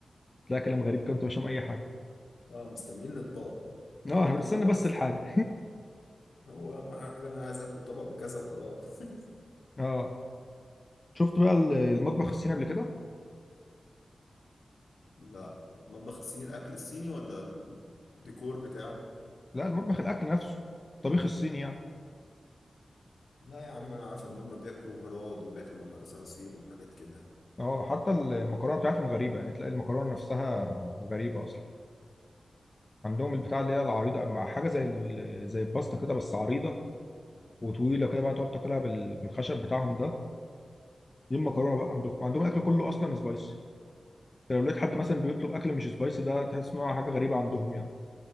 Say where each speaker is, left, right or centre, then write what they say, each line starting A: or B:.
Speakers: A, on the left; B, on the left.
A: تلاقي كلام غريب كده وانت مش فاهم اي حاجه
B: اه مسميين الأطباق
A: اه
B: كل
A: احنا بنستنى
B: طبق وليه
A: بس
B: اسم.
A: الحاجه
B: هو أهم حاجة أنا عايز آكل طبق بكذا وخلاص <laughs>
A: <laughs> اه شفت بقى ال- المطبخ الصيني قبل كده
B: لا المطبخ الصيني الاكل الصيني ولا الديكور بتاعه
A: لا المطبخ الاكل نفسه الطبيخ الصيني يعني
B: لا يا عم انا عارف ان هم بياكلوا جراد وبياكلوا ح- صراصير وحاجات كده
A: اه حتى المكرونه بتاعتهم غريبه يعني تلاقي المكرونه نفسها غريبه اصلا عندهم البتاع اللي هي العريضه مع حاجه زي ال- زي الباستا كده بس عريضه وطويله كده بقى تقعد تاكلها بال- بالخشب بتاعهم ده دي المكرونه بقى عندهم عندهم الاكل كله اصلا سبايسي لو لقيت حد مثلا بيطلب اكل مش سبايسي ده تحس ان هو حاجه غريبه عندهم يعني